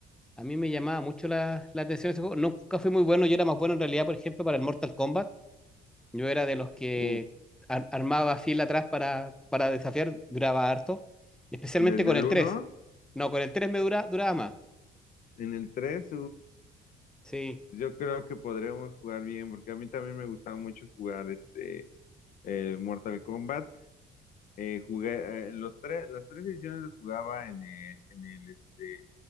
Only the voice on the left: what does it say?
Uf,
desde
el
uno
en el 3,
Yo creo que podríamos jugar bien, porque a mí también me gustaba mucho jugar este el Mortal Kombat. Eh, jugué eh, los tres, las tres ediciones las jugaba en el, en el este